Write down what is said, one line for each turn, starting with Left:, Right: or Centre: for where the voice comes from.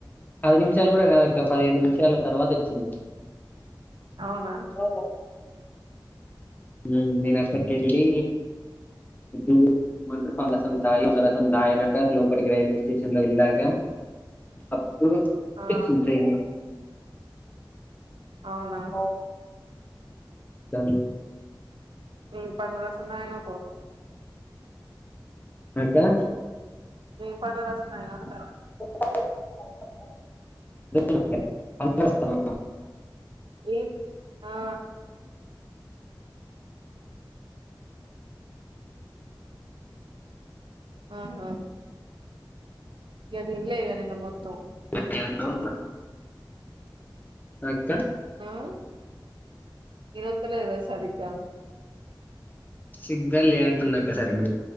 Left: పది నిమిషాలు కూడా కాదక్కా పదిహేను నిమిషాలు తర్వాత వచ్చింది.
Right: అవునా
Left: హలో మ్ నేనుఅక్కడకెళ్లి ఎమంటారు పండ్లరసం తాగినాక పండ్లరసం తాగినాక లోపల్కి రైల్వే స్టేషన్లో వెళ్ళాక అప్పుడు
Right: ఆ
Left: వచ్చింది ట్రైన్.
Right: అవునా
Left: ఉహ్ హా <unintelligible>
Right: ఏం పండ్ల రసం తాగినావు.
Left: ఇంకా
Right: ఎం పండ్లా రాసం తాగినావంటే
Left: <inaudible>
Right: ఏం ఆ ఆహా ఇగ తిన్లే ఇగ నిన్న మొత్తం.
Left: <unintelligible> అక్క
Right: మ్ ఇనోత్త లేదా సరిగ్గా?
Left: సిగ్నల్ లేనట్టుంది అక్కా సరిగ్గా.